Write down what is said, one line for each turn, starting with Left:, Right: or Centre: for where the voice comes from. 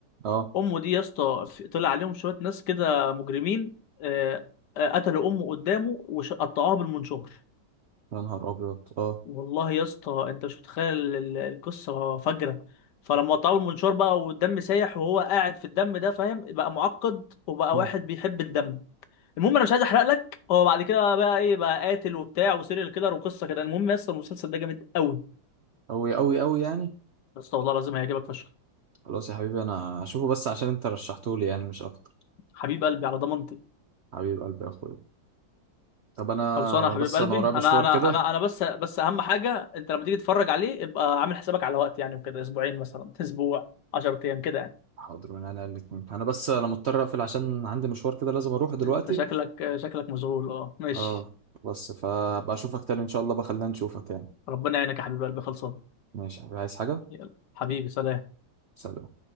Right: اه
Left: امه دي يا اسطى في- طلع عليهم شويه ناس كده مجرمين آه، آه، قتلوا امه قدامه وقطعوها بالمنشار
Right: يا نهار ابيض اه
Left: والله يا اسطى انت مش متخيل ال- ال- القصه فجره فلما قطعوه بالمنشار بقى والدم سايح وهو قاعد في الدم ده فاهم بقى معقد وبقى
Right: مم.
Left: واحد بيحب الدم المهم انا مش عايز احرق لك هو بعد كده بقى ايه بقى قاتل وبتاع وسيريال كيلر وقصه كده المهم يا اسطى المسلسل ده جامد قوي
Right: قوي قوي قوي يعني
Left: يا اسطى والله العظيم هيعجبك فشخ
Right: خلاص يا حبيبي انا هشوفه بس عشان انت رشحته لي يعني مش اكتر
Left: حبيب قلبي على ضمانتي
Right: حبيب قلبي يا اخويا طب انا
Left: خلصانه
Right: انا
Left: يا حبيب
Right: بس
Left: قلبي
Right: انا ورايا مشوار
Left: انا انا
Right: كده
Left: انا انا بس بس اهم حاجه انت لما تيجي تتفرج عليه ابقى عامل حسابك على وقت يعني وكده اسبوعين مثلا <laughs> اسبوع 10 ايام كده يعني
Right: حاضر من انا الاتنين انا بس انا مضطر اقفل عشان عندي مشوار كده لازم اروحه دلوقتي
Left: انت شكلك شكلك مشغول اه ماشي
Right: اه بس فبقى اشوفك تاني ان شاء الله بخلينا نشوفك يعني
Left: ربنا يعينك يا حبيب قلبي خلصانه
Right: ماشي عايز حاجة
Left: يلا حبيبي سلام
Right: سلام